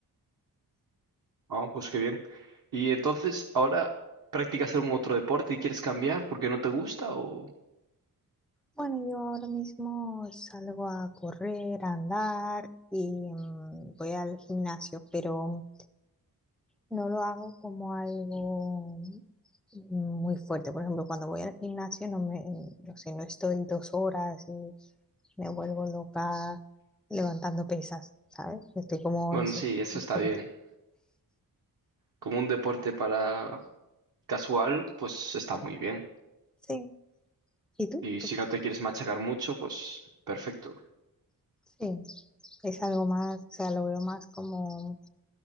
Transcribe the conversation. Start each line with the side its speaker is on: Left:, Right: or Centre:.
Right: Ah, pues qué bien. Y entonces, ahora... ¿Practicas algún otro deporte y quieres cambiar porque no te gusta o...?
Centre: Bueno, yo ahora mismo salgo a correr, a andar y mm, voy al gimnasio, pero No lo hago como algo muy fuerte. Por ejemplo, cuando voy al gimnasio no me, no sé, no estoy dos horas y me vuelvo loca levantando pesas, ¿sabes? Estoy como,
Right: Bueno,
Centre: no sé,
Right: sí, eso
Centre: un
Right: está
Centre: poquito.
Right: bien. Como un deporte para casual, pues está muy bien.
Centre: Sí. ¿Y tú?
Right: Y
Centre: ¿Tú?
Right: si no te quieres machacar mucho, pues perfecto.
Centre: Sí. Es algo más, o sea, lo veo más como,